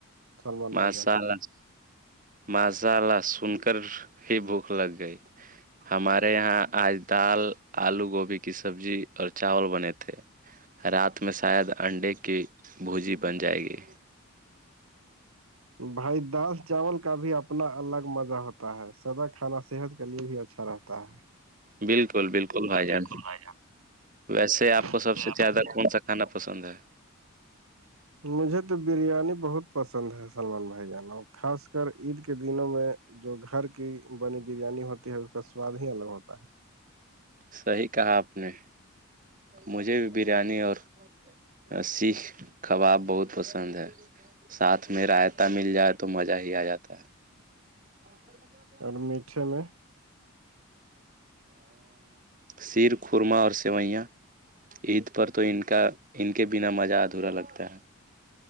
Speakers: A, on the right; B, on the right.
A: سلمان
B: مسال
A: بھائی جان
B: ماسال سن کر ہی بھوک لگ گئی ہمارے یہاں آج دال آلو گوبھی کی سبزی اور چاول بنے تھے رات میں شاید انڈے کی بھوجی بن جائے گی
A: بھائی دال چاول کا بھی اپنا الگ مزہ ہوتا ہے سدا کھانا صحت کے لیے بھی اچھا رہتا ہے
B: بالکل بالکل بھائی جان
A: بالکل بھائی
B: ویسے آپ کو
A: جان
B: سب سے
A: آپ
B: زیادہ کون سکتا کھانا پسند ہے
A: مجھے تو بریانی بہت پسند ہے سلمان بھائی جانو خاص کر عید کے دنوں میں جو گھر کی بنی بریانی ہوتی ہے اس کا سواد ہی الگ ہوتا ہے
B: صحیح کہا آپ نے مجھے بھی بریانی اور ہاں سیخ کباب بہت پسند ہے ساتھ میں رائتا مل جائے تو مزہ ہی آ جاتا ہے اور
A: اور میٹھے میں <inaudible>
B: سیر خورما اور سوئیاں عید پر تو ان کا ان کے بنا مزہ ادھورا لگتا ہے